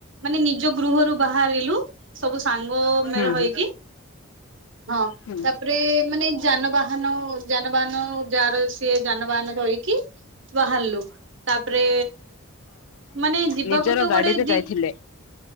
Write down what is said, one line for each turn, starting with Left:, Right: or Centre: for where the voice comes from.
Right: ମାନେ ନିଜ ଗୃହରୁ ବାହାରିଲୁ ସବୁ ସାଙ୍ଗ ମୋଳହେଇକି
Left: ହୁଁ ହୁଁ
Right: ହଁ
Left: ହୁଁ।
Right: ତାପରେ ମାନେ ଯାନବାହାନ ଯାନବାହାନ ଯାହାର ସିଏ ଯାନବାହାନ ଧରିକି ବାହାରିଲୁ ତାପରେ ମାନେ ଯିବାକୁ
Left: ନିଜର
Right: ତ
Left: ଗାଡିରେ
Right: ଗୋଟେ ଦି
Left: ଯାଇଥିଲେ